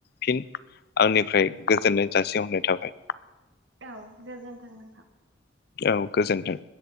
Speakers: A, on the left (about 55°); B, on the right (about 85°).
A: फिन आंनिफ्राय गोजोननाय जासिहरनाय थाबाय।
B: औ गोजोन्थों नोंथां।
A: औ गोजोन्थों।